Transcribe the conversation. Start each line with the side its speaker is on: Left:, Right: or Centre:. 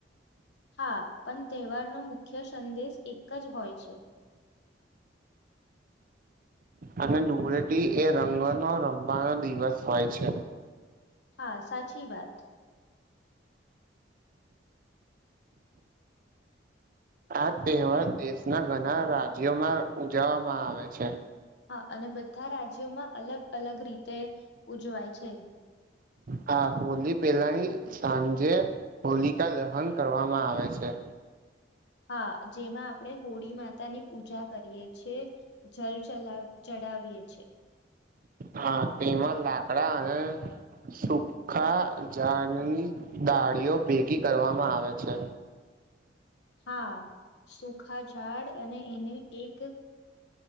Left: હા! પણ તહેવારનો મુખ્ય સંદેશ એક જ હોય છે.
Right: અને ધૂળેટી એ રંગનો રમવાનો દિવસ હોય છે.
Left: હા સાચી વાત.
Right: આ તહેવાર દેશના ઘણા રાજ્યોમાં ઉજવવામાં આવે છે.
Left: હા અને બધા રાજ્યોમાં અલગ અલગ રીતે, ઉજવાય છે.
Right: હા! હોલી પેલાની સાંજે હોલિકા દહન કરવામાં આવે છે.
Left: હા! જેમાં આપણે હોળી માતાની પૂજા કરીએ છેએ. જલ ચલ ચડાવીએ છે.
Right: હા તેમાં લાકડા અને સુખા ઝાડની દાળીઓ ભેગી કરવામાં આવે છે.
Left: હા સુખા ઝાડ અને, એને એક